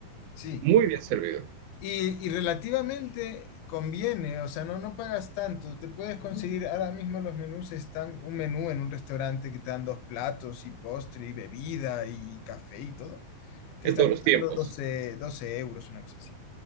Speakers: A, on the left; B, on the right.
A: Sí,
B: muy bien servido
A: y, y relativamente conviene, o sea, no, no pagas tanto, te puedes conseguir, ahora mismo los menús están, un menú en un restaurante que te dan dos platos y postre y bebida y café y todo, te
B: en
A: está
B: todos
A: costando
B: los tiempos.
A: doce doce euros, una cosa así,